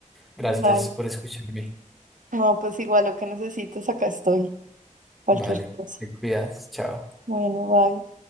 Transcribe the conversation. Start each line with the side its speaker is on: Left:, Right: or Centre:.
Centre: Gracias
Right: Vale.
Centre: por escucharme.
Right: No, pues igual lo que necesites, acá estoy. Cualquier
Centre: Vale,
Right: cosa.
Centre: te cuidas, chao.
Right: Bueno, bye.